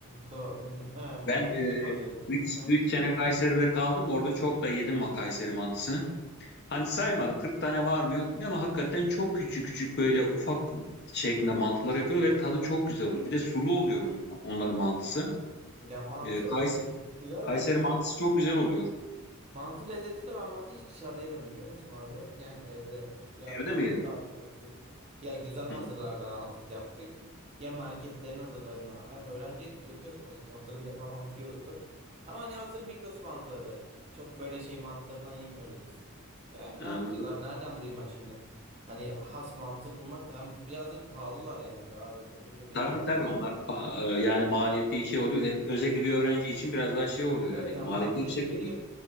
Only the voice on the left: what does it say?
Ben
e,
3 sene Kayseri'de kaldım. Orada çok da yedim o Kayseri mantısını. Hani saymadım 40 tane var mı yok mu diye ama hakikaten çok küçük küçük böyle ufak şeklinde mantılar yapıyor ve tadı çok güzel oluyor. Bir de sulu oluyor onun, onların mantısı.
Ee, Kayseri,
Kayseri mantısı çok güzel oluyor.
Öyle
mi yedin?
Hı.
<laughs> Anladım.
Tabii tabii onlar pa- e, yani maliyeti şey oluyor. E, Özellikle bir öğrenci için biraz daha şey oluyor
yani
maliyeti
yüksek
oluyor.